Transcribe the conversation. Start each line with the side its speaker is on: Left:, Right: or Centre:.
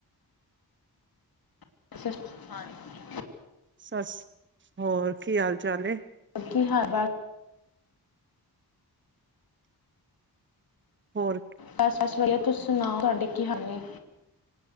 Left: <inaudible>
Right: ਸ ਹੋਰ ਕੀ ਹਾਲ ਚਾਲ ਏ
Left: ਕੀ ਹਾਲ ਬ
Right: ਹੋਰ
Left: ਬਸ-ਬਸ ਵਧੀਆ ਆ ਤੁਸੀ ਸੁਣਾਓ ਤੁਹਾਡੇ ਕੀ ਹਾਲ ਨੇ?